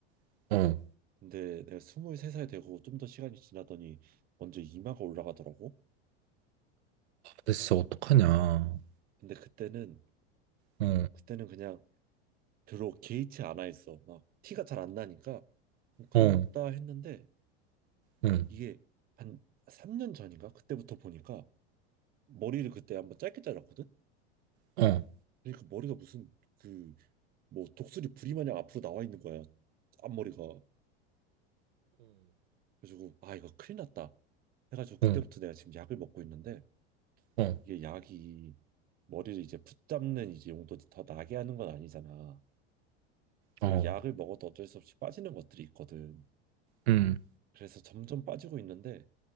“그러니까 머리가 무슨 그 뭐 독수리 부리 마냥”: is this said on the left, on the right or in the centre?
Right